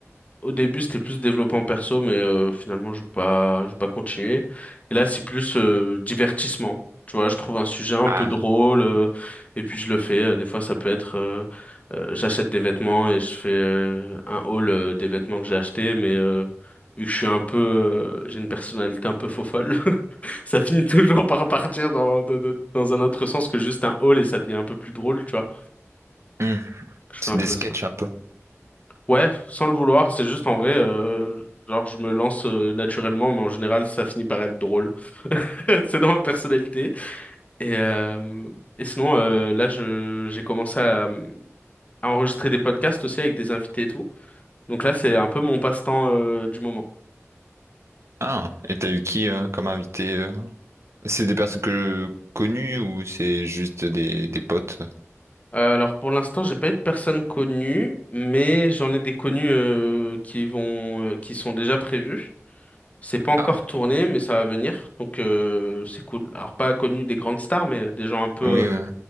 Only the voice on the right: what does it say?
Ah,
hmm,
c'est
des
sketchs
un peu.
Ah, et t'as eu qui euh, comme invité euh C'est des personnes que... connues ou c'est juste des, des potes?
Ah ouais.
Oui, ouais.